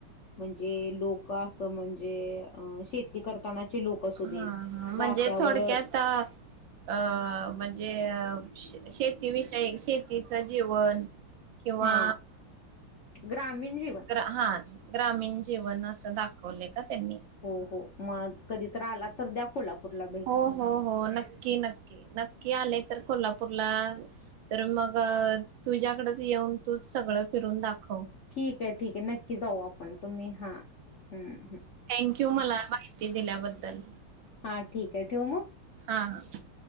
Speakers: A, on the left; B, on the right.
A: म्हणजे लोक म्हणजे अ शेती करतानाचे लोक असू
B: हा
A: देत
B: हा
A: जात्यावर
B: म्हणजे <inaudible> अ म्हणजे अ शेतीविषयी शेतीच जीवन किंवा
A: हा ग्रामीण जीवन
B: ग्रहण ग्रामीण जीवन असं दाखवले का त्यांनी
A: हो हो मग कधीत आला तर द्या कोल्हापूरला भेट
B: हो हो हो नक्की नक्की नक्की आले तर कोल्हापूरला तर मग तुझ्याकडेच येऊन तू सगळं फिरून दाखव
A: ठीक आहे ठीक आहे नक्की जाऊ आपण तुम्ही हा. हा् ह.
B: थँक्यू मला माहिती दिल्याबद्दल.
A: हां ठीक आहे ठेवू मग.
B: हा हा